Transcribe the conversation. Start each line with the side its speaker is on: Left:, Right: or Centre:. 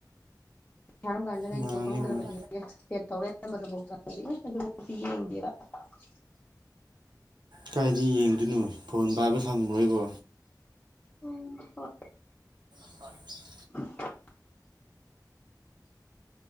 Left: ꯊꯥꯔꯝ ꯀꯥꯟꯁꯤꯗ ꯀꯩꯅꯣ
Right: ꯃꯥꯅꯤ
Left: ꯀꯧꯗ꯭ꯔꯕꯅꯦ꯫
Right: ꯃꯥꯅꯤ
Left: <unintelligible>
Right: ꯀꯥꯏꯗ ꯌꯦꯡꯗꯣꯏꯅꯣ ꯐꯣꯟ ꯄꯥꯏꯕ ꯁꯪꯉꯨꯔꯣꯏꯕꯣ꯫
Left: ꯎꯝ ꯍꯣꯏ ꯫
Right: ꯍꯠ
Left: <inaudible>